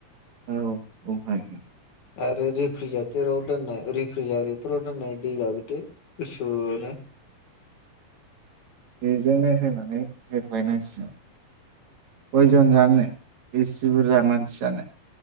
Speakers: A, on the right (about 60°); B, on the left (about 60°).
A: औ ओमफ्राय
B: आरो रिफ्रिजेटराव दोननाय रिफ्रिजेटराव दोननाय दै लाबोदो। गुसु नो।
A: बेजोंनो होनानै होख्लायनांसिगोन। खयजन जानो बिसि बुरजा मानसि जानो।